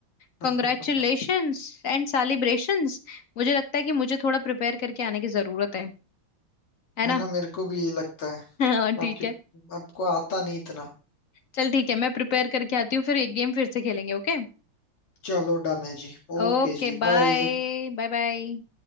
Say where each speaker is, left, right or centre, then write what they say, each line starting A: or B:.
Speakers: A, on the left (about 50°); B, on the left (about 85°).
A: कॉन्ग्रेचुलेशंस
B: <laughs>
A: एंड सेलिब्रेशंस मुझे लगता है कि मुझे थोड़ा प्रिपेयर करके आने की जरूरत है है
B: है
A: ना
B: ना मेरे को भी ये लगता है
A: <laughs> हाँ ठीक
B: आपकी
A: है
B: आपको आता नहीं इतना
A: चल ठीक है मैं प्रिपेयर करके आती हूँ फिर एक गेम फिर से खेलेंगे Okay
B: चलो डन है जी ओके
A: Okay
B: जी
A: bye
B: बाय
A: bye bye